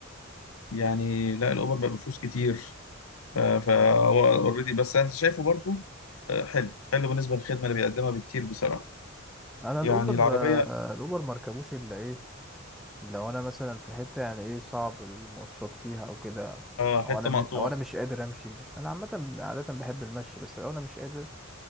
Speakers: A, on the left (about 80°); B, in the centre.
A: يعني لا الاوبر بقى بفلوس كتير ف فا اوريدي بس انا شايفه برضو آه، حلو حلو بالنسبه للخدمه اللي بيقدمها بكتير بصراحه
B: انا الاوبر
A: يعني العربيه
B: آه، الاوبر مركبوش الا ايه لو انا مثلا في حته يعني ايه صعب المواصلات فيها او كده
A: اه
B: او
A: حته
B: انا م...
A: مقطوعه
B: او انا
A: كده
B: مش قادر امشي انا عامه عاده بحب المشي بس لو انا مش قادر